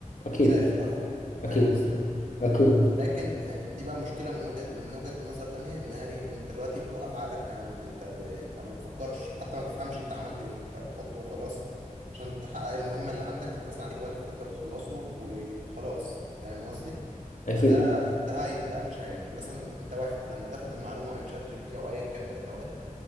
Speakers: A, on the left; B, on the right.
A: أكيد
B: أكيد هيختارها
A: أكيد
B: فاهم قصدي؟
A: أكيد
B: لكن آه، دي بقى مشكله من وجهه من وجهه نظر تانية انها ايه انت دلوقتي بتوقف عقلك تماما انت ب... يعني انت ما بتفكرش حتى ما تفهمش انت عملت ايه انت بتحطه وخلاص عشان تحقق المهمه اللي عندك انت مثلا عليك واجب فانت بتخلصه وخلاص فاهم قصدي
A: أكيد
B: فده ده هي... ده مش هي- يعني مثلا انت واحد لما تاخد المعلومه من شات جي بي تي او ايا كان من الادوات